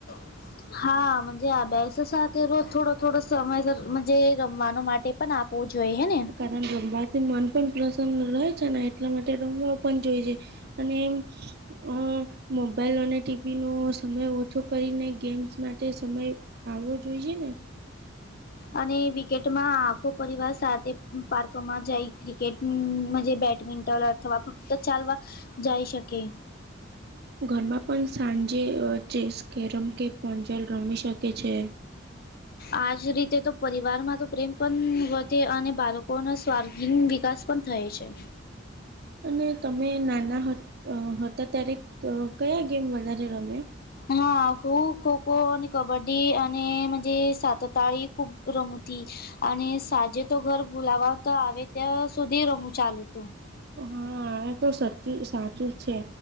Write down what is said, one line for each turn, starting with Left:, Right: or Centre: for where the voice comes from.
Left: <inaudible> હા, મજે આ બેસ સાથે રો થોડો થોડો સમય જે રમવાનો માટે પણ આપ ઓ જોઈ હે ને.
Right: એન રમવાથી મન પણ પ્રસન્ન રહે છે ને એટલા માટે રમવા પણ જોઈ છે. અન એમ અહ મોબાઈલ અને ટી વી નો સમય ઓછો કરીને ગેમ્સ માટે સમય આવો જોઈ જે ને.
Left: અને વિકેટમાં આખો પરિવાર સાથે પાર્ક માં જાય ક્રિકેટ હું મનજે બેડમિંન્ટન અથવા ફક્ત ચાલવા જાએ શકે.
Right: ઘરમાં પણ સાંજે અહ ચેસ, કેરમ કે પંજાલ રમી શકે છે.
Left: આજ રીતે તો પરિવાર માં તો પ્રેમ પણ વધે અને બાળકોનો સ્વાર્ગીન વિકાસ પણ થાય છે.
Right: અને તમે નાના હ અહ હતા ત્યારે ક કયા ગેમ વધારે રમે?
Left: હા હું ખો ખો અને કબડ્ડી અને મનજે સાતતાઈ ખૂબ રમતી. અને સાંજે તો ઘર બુલાવા તો આવે ત્યાં સુધી રમું ચાલુ તું.
Right: હા, એ તો સચ્ચી સાચું છે.